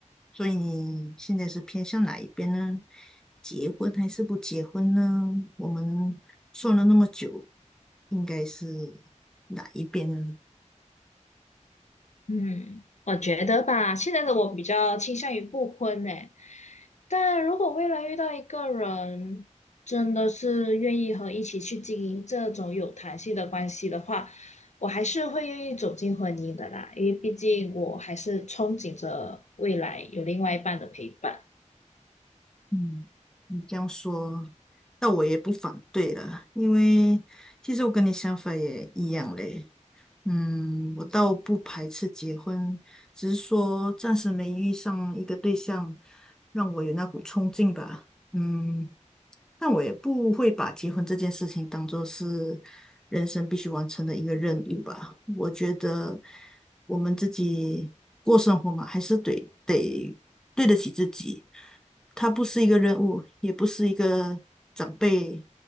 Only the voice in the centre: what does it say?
所以你现在是偏向哪一边呢？结婚还是不结婚呢？我们算了那么久，应该是哪一边呢？
嗯，你这样说，那我也不反对了，因为其实我跟你想法也一样嘞。嗯，我倒不排斥结婚，只是说暂时没遇上一个对象，让我有那股冲劲吧。嗯，但我也不会把结婚这件事情当做是人生必须完成的一个任务吧。我觉得我们自己过生活嘛，还是得得对得起自己。它不是一个任务，也不是一个长辈